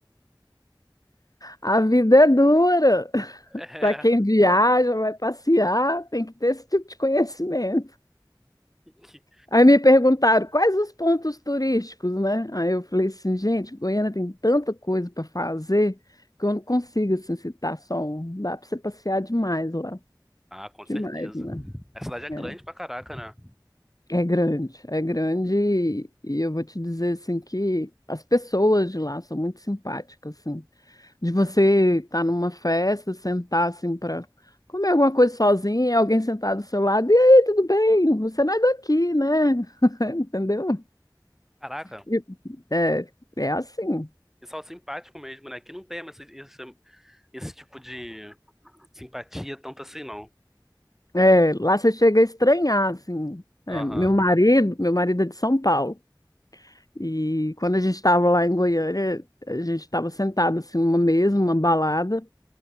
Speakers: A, on the left (about 50°); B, in the centre.
A: A vida é dura.
B: É.
A: Para quem viaja, vai passear, tem que ter esse tipo de conhecimento.
B: Que-
A: Aí me perguntaram quais os pontos turísticos, né? Aí eu falei assim, gente, Goiânia tem tanta coisa para fazer que eu não consigo assim, citar só um. Dá para você passear demais lá,
B: Ah, com certeza.
A: demais, né?
B: A cidade é grande
A: É.
B: pra caraca, né?
A: É grande, é grande e, e eu vou te dizer assim que as pessoas de lá são muito simpáticas assim. De você estar numa festa, sentar assim para comer alguma coisa sozinha, e alguém sentar do seu lado, e aí, tudo bem? Você não é daqui, né? <laughs> Entendeu?
B: Caraca,
A: E- É, é assim.
B: pessoal simpático mesmo, né? Aqui não tem esse, esse, esse tipo de simpatia tanto assim, não.
A: É, lá você chega a estranhar assim. É,
B: Aham.
A: meu marido, meu marido é de São Paulo. E quando a gente estava lá em Goiânia, a gente estava sentado assim numa mesa, numa balada.